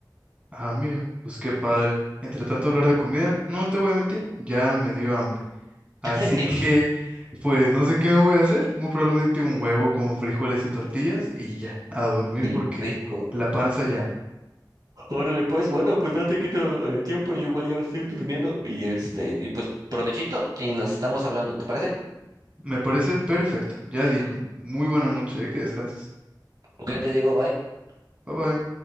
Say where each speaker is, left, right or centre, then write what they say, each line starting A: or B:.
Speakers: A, on the right; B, on the right.
A: Ah, mira, pues qué padre. Entre tanto hablar de comida, no te voy a mentir, ya me dio hambre. Así
B: <laughs>
A: que, pues no sé qué me voy a hacer. Muy probablemente un huevo con frijoles y tortillas y ya, a dormir
B: Sí.
A: porque
B: Rico.
A: la panza llama.
B: Órale, pues, bueno, pues no te quito eh, tiempo, yo igual ya estoy durmiendo y este, y pues provechito y nos estamos hablando, ¿te parece?
A: Me parece perfecto. Ya dijo. Muy buena noche, ¿eh? Que descanses.
B: Ok, te digo, bye.
A: Bye bye.